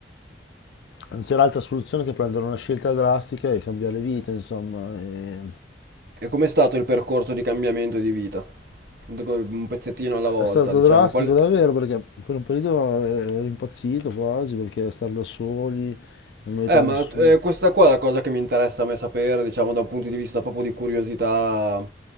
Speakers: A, on the left; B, on the right.
A: non c'era altra soluzione che prendere una scelta drastica e cambiare vita, insomma. E
B: E com'è stato il percorso di cambiamento di vita? Dico, Un pezzettino alla volta,
A: è stato
B: diciamo.
A: drastico
B: Qual...
A: davvero perché per un periodo eh, ero impazzito quasi perché stare da soli, non mi aiutava
B: Eh, ma
A: nessuno.
B: eh, questa qua è la cosa che mi interessa a me sapere, diciamo, da un punto di vista proprio di curiosità,